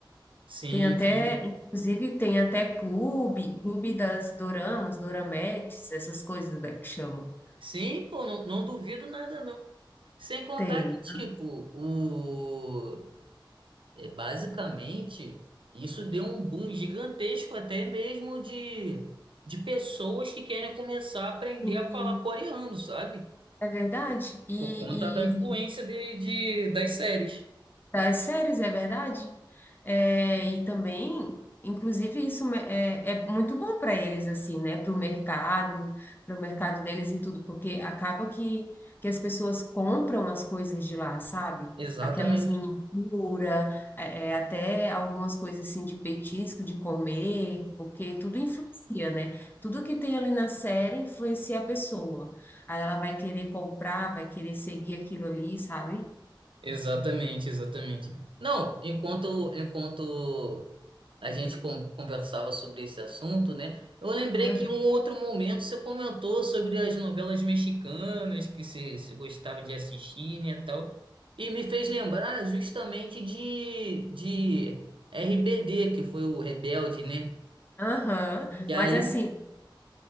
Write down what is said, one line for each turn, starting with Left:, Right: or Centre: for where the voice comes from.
Right: Sim,
Left: Tem até,
Right: sim.
Left: inclusive, tem até clube, clube das doramas, dorametes, essas coisas, né, que chamam.
Right: Sim, pô, não, não duvido nada, não. Sem contar
Left: Tem.
Right: que, tipo, o... É, basicamente, isso deu um boom gigantesco até mesmo de, de pessoas que querem começar a aprender
Left: Sim,
Right: a falar coreano, sabe?
Left: é verdade. e
Right: Por conta da influência de, de- das séries.
Left: Das séries, é verdade? É, e também, inclusive, isso me- é, é muito bom para eles, assim, né? Para o mercado, para o mercado deles e tudo, porque acaba que, que as pessoas compram as coisas de lá, sabe?
Right: Exatamente.
Left: Aquelas miniaturas, é, é, até algumas coisas assim de petisco, de comer, porque tudo influencia, né? Tudo que tem ali na série influencia a pessoa. Aí ela vai querer comprar, vai querer seguir aquilo ali, sabe?
Right: Exatamente, exatamente. Não, enquanto, enquanto a gente con- conversava sobre esse assunto, né? Eu lembrei
Left: <laughs>
Right: que em um outro momento você comentou sobre as novelas mexicanas que você, você gostava de assistir, né, tal, e me fez lembrar justamente de, de RBD, que foi o Rebelde, né?
Left: Aham,
Right: E aí,
Left: Mas assim,